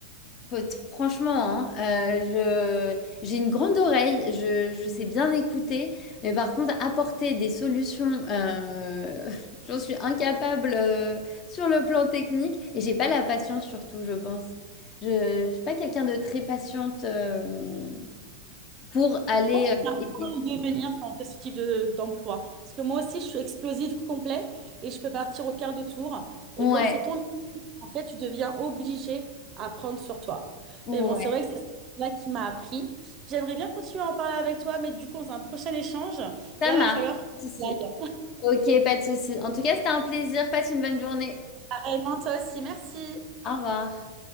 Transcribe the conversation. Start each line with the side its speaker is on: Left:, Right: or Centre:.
Left: Faut- Franchement, hein, euh, je, j'ai une grande oreille, je, je sais bien écouter, mais par contre, apporter des solutions, euh, <laughs> j'en suis incapable euh, sur le plan technique et j'ai pas la patience surtout, je pense. Je, je suis pas quelqu'un de très patiente euh, pour aller
Right: pense
Left: euh,
Right: qu'on apprend
Left: aider.
Right: à le devenir quand on fait ce type de- d'emploi. Parce que moi aussi, je suis explosive complet et je peux partir au quart de tour.
Left: Ouais,
Right: Et quand c'est ton, en fait, tu deviens obligé à prendre sur toi.
Left: ouais,
Right: Mais bon, c'est vrai que c'est là qui m'a appris. J'aimerais bien continuer à en parler avec toi, mais du coup, dans un prochain échange, là,
Left: ça marche.
Right: va falloir que
Left: Pas de souci.
Right: j'y aille.
Left: Ok, pas de souci. En tout cas, c'était un plaisir. Passe une bonne journée.
Right: Pareillement, toi aussi, merci.
Left: Au revoir.